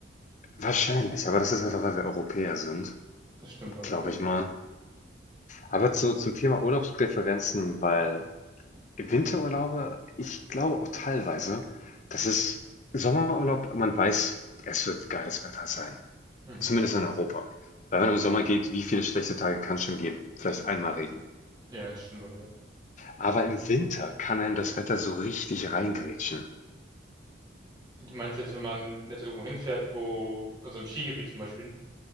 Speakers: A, on the left; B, on the right.
A: wahrscheinlich, aber das ist einfach, weil wir Europäer sind,
B: Das stimmt auch
A: glaube
B: wieder.
A: ich mal, Aber zu, zum Thema Urlaubspräferenzen, weil Winterurlaube, ich glaube auch teilweise, das ist Sommerurlaub, man weiß, es wird geiles Wetter sein.
B: Mhm.
A: Zumindest in Europa. Weil wenn man im Sommer geht, wie viele schlechte Tage kann es schon geben? Vielleicht einmal Regen.
B: Ja, das stimmt auch wieder.
A: Aber im Winter kann einem das Wetter so richtig reingrätschen.
B: Du meinst jetzt, wenn man jetzt irgendwo hinfährt, wo, also ein Skigebiet zum Beispiel,